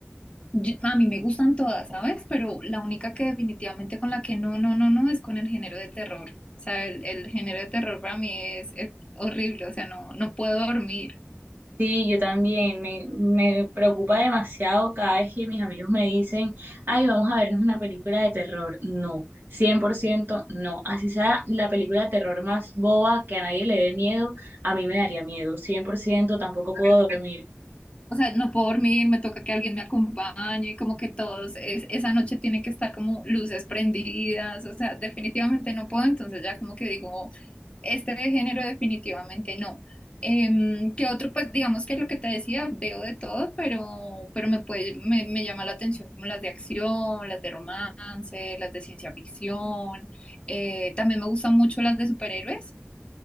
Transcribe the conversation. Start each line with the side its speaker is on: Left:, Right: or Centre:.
Left: Yo- a mí me gustan todas, ¿sabes? Pero la única que definitivamente con la que no, no, no, no es con el género de terror. O sea, el, el género de terror para mí es, es horrible, o sea, no, no puedo dormir,
Right: Sí, yo también. Me, me preocupa demasiado cada vez que mis amigos me dicen, ay, vamos a vernos una película de terror. No, 100%, no. Así sea la película de terror más boba que a nadie le dé miedo, a mí me daría miedo. cien por ciento. tampoco puedo
Left: perdón.
Right: dormir.
Left: O sea, no puedo dormir, me toca que alguien me acompañe, como que todos, es, esa noche tiene que estar como luces prendidas, o sea, definitivamente no puedo, entonces ya como que digo, Este de género definitivamente no. Em, ¿qué otro? Pues digamos que lo que te decía, veo de todo, pero, pero me puede, me, me llama la atención como las de acción, las de romance, las de ciencia ficción. Eh, también me gustan mucho las de superhéroes.